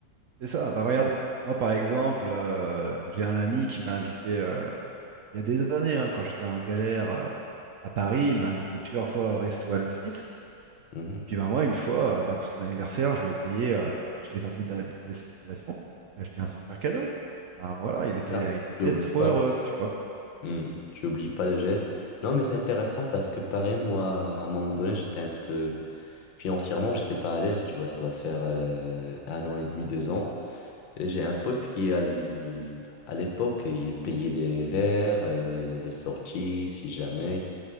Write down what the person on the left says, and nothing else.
Mhm.
Bien.
Tu n'oublies
pas.
Hmm. Tu oublies pas le geste. Non, mais c'est intéressant parce que pareil, moi, à un moment donné, j'étais un peu... Financièrement, j'étais pas à l'aise, tu vois, ça doit faire euh, un an et demi, deux ans. J'ai un pote qui, à l- à l'époque, il payait les verres, euh, les sorties, si jamais.